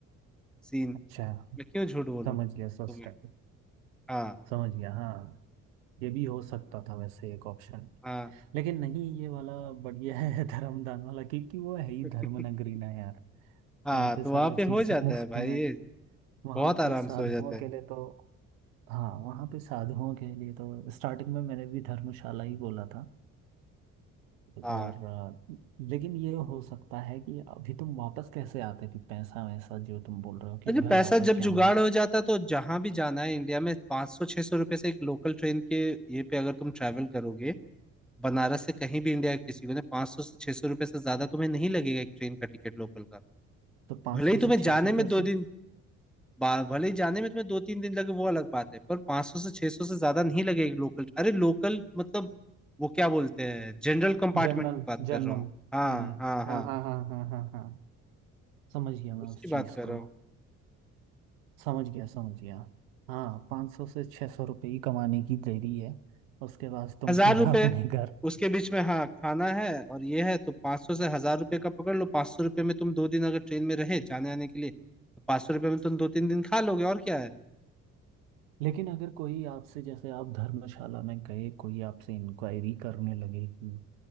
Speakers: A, in the centre; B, on the right (about 70°).
A: सीन
B: अच्छा
A: मैं क्यों झूठ बोलूं
B: समझ गया सस्टेन
A: तुम्हें हाँ
B: समझ गया हाँ ये भी हो सकता था वैसे एक ऑप्शन
A: हाँ
B: लेकिन नहीं ये वाला बढ़िया है <laughs> धर्मदान वाला क्योंकि वो है ही
A: <laughs>
B: धर्म नगरी ना यार
A: हाँ
B: वहाँ पे
A: तो
B: सारा
A: वहां पे
B: चीज
A: हो जाता
B: मुफ्त
A: है भाई
B: में
A: ये
B: वहाँ
A: बहुत आराम
B: पे साधुओं
A: से हो जाता है
B: के लिए तो हाँ वहाँ पे साधुओं के लिए तो स्टार्टिंग में मैंने भी धर्मशाला ही बोला था
A: हाँ
B: और अ, लेकिन ये हो सकता है कि अभी तुम वापस कैसे आते कि पैसा वैसा जो तुम बोल रहे हो कि
A: अरे
B: घर
A: पैसा
B: वापस
A: जब
B: जाना
A: जुगाड़ हो जाता है, तो जहां भी जाना है इंडिया में पाँच सौ छह सौ रुपए से एक लोकल ट्रेन के ये पे अगर तुम ट्रैवल करोगे बनारस से कहीं भी इंडिया के किसी को ना पाँच सौ से छह सौ रुपये से ज्यादा तुम्हें नहीं लगेगा एक ट्रेन का टिकट लोकल का
B: तो 500
A: भले ही तुम्हें
B: से 600
A: जाने में
B: कैसे
A: दो दिन बा- भले ही जाने में तुम्हें दो तीन दिन लगे वो अलग बात है पर पाँच सौ से छह सौ से ज्यादा नहीं लगेगा लोकल अरे लोकल मतलब वो क्या बोलते हैं जनरल कंपार्टमेंट
B: General
A: की बात
B: general
A: कर रहा हूँ हाँ
B: हम्म
A: हाँ हाँ
B: हाँ हाँ हाँ हाँ हाँ हाँ समझ गया मैं
A: उसकी
B: उस
A: बात
B: चीज
A: कर रहा
B: को
A: हूँ
B: समझ गया समझ गया हाँ 500 से 600 रुपये ही कमाने की देरी है उसके बाद तुम
A: हजार
B: सीधा
A: रुपये
B: <laughs> अपने घर
A: उसके बीच में हाँ खाना है और ये है तो पाँच सौ से हजार रुपये का पकड़ लो पाँच सौ रुपये में तुम दो दिन अगर ट्रेन में रहे जाने आने के लिए तो पाँच सौ रुपये में तुम दो तीन दिन खा लोगे और क्या है
B: लेकिन अगर कोई आपसे जैसे आप धर्मशाला में गए कोई आपसे इंक्वायरी करने लगे कि